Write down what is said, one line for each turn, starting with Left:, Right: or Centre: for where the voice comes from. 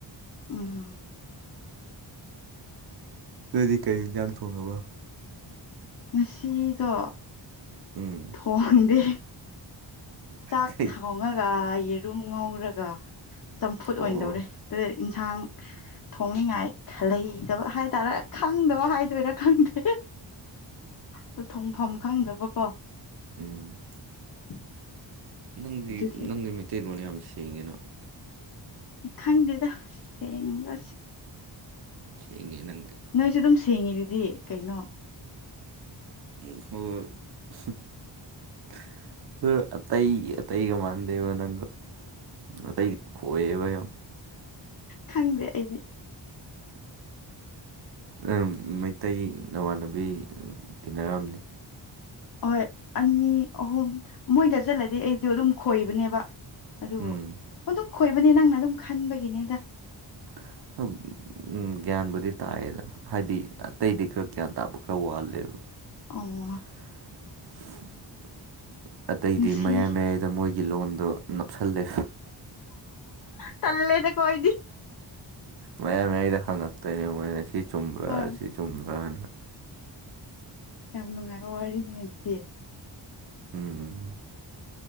Left: ꯎꯝ
Right: ꯅꫭꯏꯗꯤ ꯀꯩ ꯌꯦꯟꯖꯥꯡ ꯊꯣꯡꯉꯕ
Left: ꯉꯁꯤꯗꯣ
Right: ꯎꯝ
Left: ꯊꯣꯡꯗꯦ ꯆꯥꯛ
Right: ꯀꯩ
Left: ꯊꯣꯡꯉꯒ ꯌꯦꯔꯨꯝ ꯉꯧꯔꯒ ꯆꯝꯐꯨꯠ
Right: ꯑꯣ
Left: ꯑꯣꯏꯅ
Right: ꯑꯣ
Left: ꯗꯧꯔꯦ ꯑꯗꯨ ꯏꯟꯁꯥꯡ ꯊꯣꯡꯅꯤꯉꯥꯏ ꯈꯜ ꯂꯩ ꯗꯕ ꯍꯥꯏ ꯇꯔꯦ ꯈꯪꯗꯕ ꯍꯥꯏꯗꯣꯏꯔꯥ ꯈꯪꯗꯦ ꯗꯣ ꯊꯣꯡꯐꯝ ꯈꯪꯗꯕꯀꯣ
Right: ꯎꯝ
Left: <inaudible>
Right: ꯅꯪꯗꯤ
Left: ꯑꯗꯨꯒꯤ
Right: ꯅꯪꯗꯤ ꯃꯩꯇꯩꯂꯣꯟ ꯌꯥꯝ ꯁꯦꯡꯉꯤꯅ
Left: ꯈꯪꯗꯦꯗ ꯁꯦꯡꯕ꯭ꯔ ꯁꯦ
Right: ꯁꯦꯡꯉꯦ ꯅꯪꯗꯣ
Left: ꯅꯪꯖꯨ ꯑꯗꯨꯝ ꯁꯦꯡꯉꯤꯗꯨꯗꯤ ꯀꯩꯅꯣ
Right: <unintelligible> <unintelligible> ꯑꯇꯩꯒꯤ ꯑꯇꯩꯒ ꯃꯥꯟꯗꯦꯕ ꯅꯪꯗꯣ ꯑꯇꯩ ꯈꯣꯋꯦꯕ ꯌꯥꯝ
Left: ꯈꯪꯗꯦ ꯑꯩꯗꯤ
Right: ꯅꯪ ꯃꯩꯇꯩ ꯅꯃꯥꯟꯅꯕꯤ ꯇꯤꯟꯅꯔꯝꯅꯤ
Left: ꯑꯍꯣꯏ ꯑꯅꯤ ꯑꯍꯨꯝ ꯃꯣꯏꯗ ꯆꯠꯂꯗꯤ ꯑꯩꯗꯣ ꯑꯗꯨꯝ ꯈꯣꯏꯕꯅꯦꯕ ꯑꯗꯨꯕꯨ
Right: ꯎꯝ
Left: ꯑꯗꯨꯝ ꯈꯣꯏꯕꯅꯦ ꯅꯪꯅ ꯑꯗꯨꯝ ꯈꯟꯕꯒꯤꯅꯦꯗ
Right: <unintelligible> ꯎꯝ ꯒ꯭ꯌꯥꯟꯕꯨꯗꯤ ꯇꯥꯏꯌꯦꯗ ꯍꯥꯏꯗꯤ ꯑꯇꯩꯗꯤ ꯈꯔ ꯒ꯭ꯌꯥꯟ ꯇꯥꯕ ꯈꯔ ꯋꯥꯠꯂꯦꯕ
Left: ꯑꯣ
Right: <unintelligible> ꯑꯇꯩꯗꯤ
Left: ꯉꯁꯤ
Right: ꯃꯌꯥꯏ ꯃꯌꯥꯏꯗ ꯃꯣꯏꯒꯤ ꯂꯣꯟꯗꯣ ꯅꯞꯁꯜꯂꯦ
Left: ꯇꯜꯂꯦꯗꯀꯣ ꯑꯩꯗꯤ
Right: ꯃꯌꯥꯏ ꯃꯌꯥꯏꯗ ꯍꯪꯉꯛꯇꯣꯏꯅꯦ ꯃꯣꯏꯅ ꯁꯤ ꯆꯨꯝꯕ꯭ꯔꯥ
Left: ꯍꯣꯏ
Right: ꯁꯤ ꯆꯨꯝꯕ꯭ꯔꯅ
Left: ꯌꯥꯝ ꯅꯨꯡꯉꯥꯏꯕ ꯋꯥꯔꯤꯅꯤ ꯑꯗꯨꯗꯤ
Right: ꯎꯝ